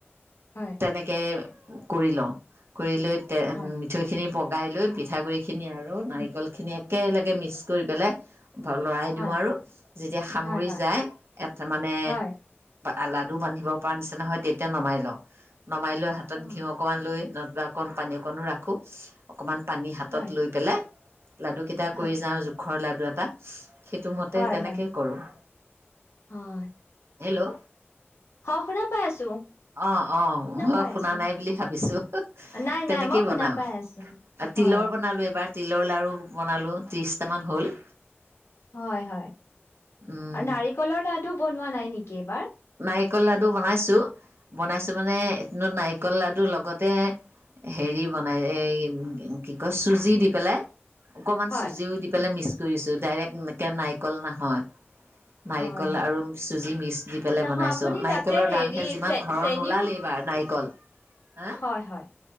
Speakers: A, on the left; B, on the right.
A: হয়
B: তেনেকে কৰি লওঁ কৰিলৈ
A: হয়
B: মিঠৈখিনি প গাই লৈ পিঠাগুৰি সেইখিনিয়ে আৰু
A: উম
B: নাৰিকলখিনিয়ে একেলগে মিক্স কৰি পেলাই ধৰ লৰাই
A: হয়
B: দিওঁ আৰু যেতিয়া সামৰি
A: হয় হয়
B: যায় এট মানে
A: হয়
B: আ লাডু বান্ধিব পৰা নিচিনাহয় তেতিয়া নমাই লওঁ। নমাই লৈ, হাতত
A: অ
B: ঘিউ অকণমান লৈ ন, কিবা অকণ পানী অকণো ৰাখোঁ অকণমান পানী হাতত
A: হয়
B: লৈ পেলাই লাডুকেইটা
A: হয়
B: কৰি যাওঁ জোখৰ লাডু আৰু এটা সেইটো মতে
A: হয়
B: তেনেকেই
A: হয়
B: কৰোঁ।
A: হয়', -
B: হেল্ল'
A: অ শুনা পাই আছো।
B: অহ ',- অহ', মই
A: পাই
B: শুনা
A: আছো
B: নাই বুলি ভাবিছো,
A: নাই
B: তেনেকেই
A: নাই মই শুনা
B: বনাও
A: পাই আছো
B: আৰু
A: হয়
B: তিলৰ বনালো এইবাৰ তিলৰ লাৰ়ু বনালোঁ ত্ৰিছটামান হ'ল।
A: হয় -হয়
B: উম
A: আৰু নাৰিকলৰ লাডু বনোৱা নাই নেকি? কেইবাৰ
B: নাৰিকল লাডু বনাইছো বনাইছো মানে নাৰিকল লাডু লগতে হেৰি বনাই এই কি কয় চুজি দি পেলাই অকমান
A: হয়
B: চুজিও দি পেলাই মিক্চ, কৰিছো ডাইৰেক্ট এনেকে নাৰিকল নহয়, নাৰিকল
A: হয়
B: আৰু চুজি মিস দি পেলাই
A: নহয়
B: বনাইছোঁ
A: আপুনি
B: নাৰিকলৰ
A: তাতে হেৰি
B: দামহে যিমান
A: চে
B: ঘৰৰ
A: চেনিও
B: নোলাল এইবাৰ নাৰিকল হা
A: হয় হয়